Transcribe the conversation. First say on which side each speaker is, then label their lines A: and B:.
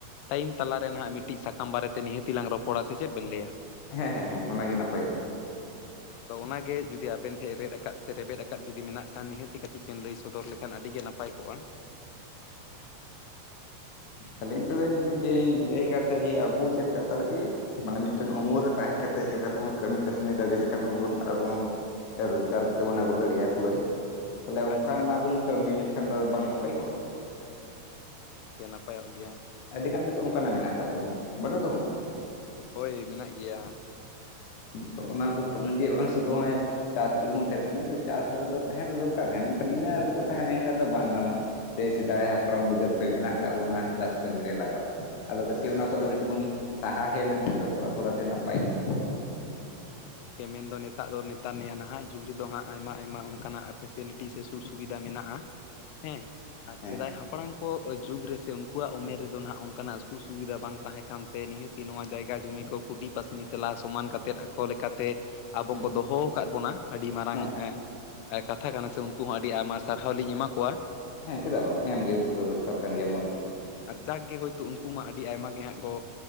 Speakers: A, on the left; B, on the left.
A: ᱴᱟᱭᱤᱢ ᱛᱟᱞᱟ ᱨᱮ ᱱᱟᱦᱟᱜ ᱢᱤᱫᱴᱤᱡ ᱥᱟᱠᱟᱢ ᱵᱟᱨᱮ ᱛᱮ ᱱᱤᱦᱟᱹᱛᱤ ᱞᱟᱝ ᱨᱚᱯᱚᱲᱟ ᱥᱮ ᱪᱮᱫ ᱵᱮᱱ ᱞᱟᱹᱭᱟ᱾
B: ᱦᱮᱸ ᱦᱮᱸ ᱦᱮᱸ ᱚᱱᱟᱜᱮ ᱱᱟᱯᱟᱭᱚᱜᱼᱟ᱾
A: ᱦᱮᱸ ᱟᱫᱚ ᱚᱱᱟ ᱜᱮ ᱡᱩᱫᱤ ᱟᱵᱮᱱ ᱴᱷᱮᱱ ᱨᱮᱫᱫ ᱟᱠᱟᱫ ᱥᱮ ᱨᱮᱵᱮᱫ ᱟᱠᱟᱫ ᱡᱩᱫᱤ ᱢᱮᱱᱟᱜ ᱠᱷᱟᱱ ᱱᱤᱦᱟᱹᱛᱤ ᱠᱟᱹᱴᱤᱡ ᱵᱮᱱ ᱞᱟᱹᱭ ᱥᱚᱫᱚᱨ ᱞᱮᱠᱷᱟᱱ ᱟᱹᱰᱤ ᱜᱮ ᱱᱟᱯᱟᱭ ᱱᱟᱯᱟᱭ ᱠᱚᱜᱼᱟ
B: ᱟᱹᱞᱤᱧ <unintelligible> ᱡᱮ ᱞᱟᱹᱭᱮᱫ ᱠᱟᱱ ᱛᱟᱦᱮᱸᱱᱟ ᱡᱮ ᱟᱵᱚ ᱪᱮᱫᱠᱟ ᱛᱮ ᱟᱨᱠᱤ ᱢᱟᱱᱮ ᱢᱤᱫ ᱴᱮᱱ ᱩᱢᱩᱞ ᱨᱮ ᱛᱟᱦᱮᱸ ᱠᱟᱛᱮᱫ ᱪᱮᱫᱠᱟ ᱛᱮᱵᱚᱱ ᱠᱟᱹᱢᱤ ᱠᱟᱹᱥᱱᱤ ᱫᱟᱲᱮ ᱞᱮᱠᱷᱟᱱ ᱟᱵᱚᱱ ᱨᱳᱡᱽᱜᱟᱨ ᱠᱟᱛᱮ ᱵᱚᱱ ᱟᱹᱜᱩ ᱫᱟᱲᱮᱭᱟᱜᱼᱟ ᱠᱩᱲᱟᱹᱭ ᱛᱟᱞᱮ
A: ᱟᱪᱪᱷᱟ
B: ᱚᱱᱠᱟᱱᱟᱜ
A: ᱟᱪᱪᱷᱟ
B: ᱵᱚᱱ ᱠᱟᱹᱢᱤ ᱞᱮᱠᱷᱟᱱ ᱫᱚ ᱵᱟᱝ ᱱᱟᱯᱟᱭ ᱠᱚᱜᱼᱟ᱾
A: ᱦᱮᱸ ᱜᱚᱝᱠᱮ ᱱᱟᱯᱟᱭᱼᱚᱜ ᱜᱮᱭᱟ᱾
B: ᱟᱹᱰᱤ ᱜᱟᱱ ᱜᱮᱛᱚ ᱚᱱᱠᱟᱱᱟᱜ ᱢᱮᱱᱟᱜ ᱟᱠᱟᱫ ᱛᱟᱵᱚᱱᱟ ᱵᱟᱹᱱᱩᱜ ᱛᱟᱵᱚᱱᱟ᱾
A: ᱦᱳᱭ ᱢᱮᱱᱟᱜ ᱜᱮᱭᱟ᱾
B: ᱛᱚ <unintelligible> ᱪᱟᱥ ᱨᱮᱜᱮ ᱵᱚᱱ ᱛᱟᱦᱮᱱ ᱠᱟᱱᱟ ᱱᱤᱭᱟᱹ ᱫᱚ ᱪᱟᱥ ᱨᱮᱫᱚ ᱛᱟᱦᱮᱸ ᱫᱚ ᱫᱚᱨᱠᱟᱨ ᱢᱮᱱᱠᱷᱟᱱ ᱤᱱᱟᱹᱜ <unintelligible> ᱫᱚ ᱛᱟᱦᱮᱸ ᱞᱮᱱᱠᱷᱟᱱ ᱫᱚ ᱵᱟᱝ ᱜᱟᱱᱚᱜᱼᱟ᱾ ᱥᱮᱭ ᱥᱮᱫᱟᱭ ᱦᱟᱯᱲᱟᱢ ᱵᱤᱫᱟᱹᱞ ᱠᱷᱚᱱ ᱢᱮᱱᱟᱜ ᱟᱠᱟᱫ ᱵᱚᱱᱟ ᱪᱟᱥ ᱠᱟᱹᱢᱤᱨᱮ ᱞᱟᱜᱟᱣ ᱟᱫᱚ ᱠᱟᱹᱴᱤᱡ ᱚᱱᱟ ᱠᱷᱚᱱ
A: ᱦᱳᱭ
B: ᱫᱚ ᱠᱟᱹᱴᱤᱡ ᱵᱚᱱ᱾ ᱥᱟᱦᱟ ᱦᱮᱡ ᱞᱮᱱᱠᱷᱟᱱ ᱫᱚ ᱛᱷᱚᱲᱟ ᱛᱷᱚᱲᱟ ᱛᱮ ᱱᱟᱯᱟᱭ ᱠᱚᱜᱼᱟ᱾
A: ᱦᱮᱸ ᱜᱚᱝᱠᱮ ᱢᱮᱱᱫᱚ ᱱᱮᱛᱟ ᱫᱚ ᱱᱮᱛᱟᱨ ᱱᱟᱦᱟᱜ ᱡᱩᱜᱽ ᱨᱮᱫᱚ ᱦᱟᱸᱜ ᱟᱭᱢᱟ ᱟᱭᱢᱟ ᱚᱱᱠᱟᱱᱟᱜ ᱯᱷᱮᱥᱮᱞᱤᱴᱤ ᱥᱮ ᱥᱩ ᱥᱩᱵᱤᱫᱟ ᱢᱮᱱᱟᱜᱼᱟ ᱦᱮᱸ ᱟᱨ
B: ᱦᱮᱸ
A: ᱥᱮᱫᱟᱭ ᱦᱟᱯ ᱦᱟᱯᱲᱟᱢ ᱠᱚ ᱡᱩᱜᱽ ᱨᱮ ᱥᱮ ᱩᱱᱠᱩᱣᱟᱜ ᱩᱢᱮᱨ ᱨᱮᱫᱚ ᱱᱟᱦᱟᱜ ᱚᱱᱠᱟᱱᱟᱜ ᱥᱩ ᱥᱩᱵᱤᱫᱟ ᱵᱟᱝ ᱛᱟᱦᱮᱸ ᱠᱟᱱᱛᱮ ᱱᱤᱦᱟᱹᱛ ᱱᱚᱣᱟ ᱡᱟᱭᱜᱟ ᱡᱩᱢᱤ ᱠᱚ ᱠᱩᱰᱤ ᱯᱟᱹᱥᱱᱤ ᱛᱮᱞᱟ ᱥᱚᱢᱟᱱ ᱠᱟᱛᱮᱫ᱾ ᱠᱚ ᱞᱮᱠᱟᱛᱮ ᱟᱵᱚ
B: ᱦᱮᱸ
A: ᱠᱚ ᱫᱚᱦᱚ ᱟᱠᱟᱫ ᱵᱚᱱᱟ ᱟᱹᱰᱤ ᱢᱟᱨᱟᱝ
B: ᱦᱮᱸ
A: ᱠᱟᱛᱷᱟ ᱠᱟᱱᱟ ᱥᱮ ᱩᱱ ᱦᱚᱸᱚ ᱟᱹᱰᱤ ᱟᱭᱢᱟ ᱥᱟᱨᱦᱟᱣ ᱞᱤᱧ ᱮᱢᱟ ᱠᱚᱣᱟ᱾
B: ᱦᱮᱸ ᱪᱮᱫᱟᱜ ᱵᱟᱝ ᱮᱢᱜᱮ ᱩᱱᱠᱩ ᱫᱚᱨᱠᱟᱨ ᱠᱟᱱ ᱜᱮᱭᱟ ᱢᱚᱱ ᱫᱚ᱾
A: ᱦᱩᱸ ᱟᱨ ᱡᱟᱠ ᱜᱮ ᱦᱳᱭ ᱛᱳ ᱩᱱᱠᱩ ᱢᱟ ᱟᱹᱰᱤ ᱟᱭᱢᱟ ᱜᱮ ᱦᱟᱸᱜ ᱠᱚ